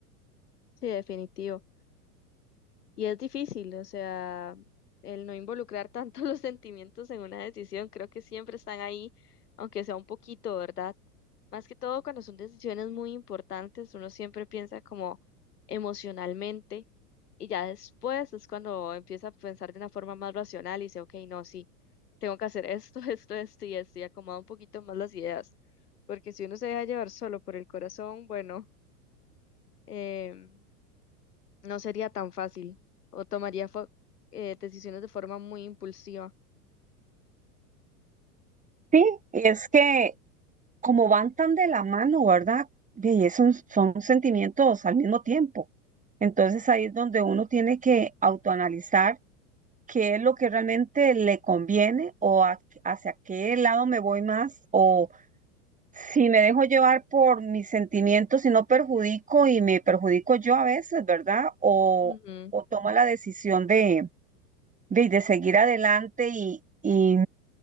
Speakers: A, on the left; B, on the right.
A: Sí, definitivo. Y es difícil, o sea, el no involucrar tanto <laughs> los sentimientos en una decisión, creo que siempre están ahí, aunque sea un poquito, ¿verdad? Más que todo cuando son decisiones muy importantes, uno siempre piensa como emocionalmente y ya después es cuando empieza a pensar de una forma más racional y dice, ok, no, sí, tengo que hacer esto, <laughs> esto, esto y esto y acomoda un poquito más las ideas, porque si uno se deja llevar solo por el corazón, bueno, em, no sería tan fácil o tomaría fo- eh, decisiones de forma muy impulsiva.
B: Sí, y es que como van tan de la mano, ¿verdad? Ve, Y es un- son sentimientos al mismo tiempo. Entonces ahí es donde uno tiene que autoanalizar qué es lo que realmente le conviene o a- hacia qué lado me voy más o Si me dejo llevar por mis sentimientos y no perjudico y me perjudico yo a veces, ¿verdad? O,
A: Ujú,
B: o tomo la decisión de, de, de seguir adelante y, y